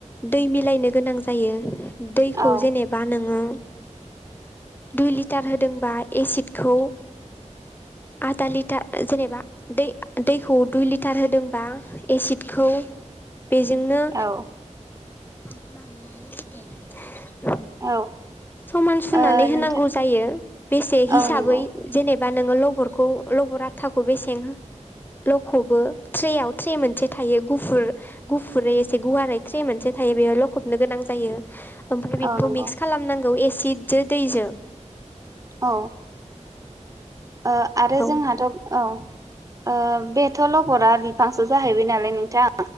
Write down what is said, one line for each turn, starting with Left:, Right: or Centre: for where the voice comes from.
Left: दै मिलायनो गोनां जायो। दैखौ
Right: औ
Left: जेनेबा नोङो दुइ लिटार होदोंबा एसिडखौ आधा लिटा जेनेबा दै दैखौ दुइ लिटार होदोंबा एसिड खौ बेजोंनो
Right: औ
Left: <inaudible>
Right: औ
Left: समान सुनानै
Right: ओ
Left: होनांगौ
Right: नोंथां
Left: जायो बेसे हिसाबै
Right: औ नंगौ
Left: जेनेबा नोङो ल बरखौ लबर आथाखौ बेसें लखबो ट्रेयाव ट्रे मोनसे थायो गुफुर गुफुरै एसे गुवारै थट्रे मोनसे थायो बेवहाय लखबनो गोनां जायो। ओमफ्राय बेखौ
Right: औ नंगौ
Left: मिक्स खालामनांगौ एसिडजो दैजो।
Right: औ ओ आरो
Left: औ
Right: जोंहाथ' औ ओ बेथ' लबरा बिफांसो जाहैबाय नालाय नोंथां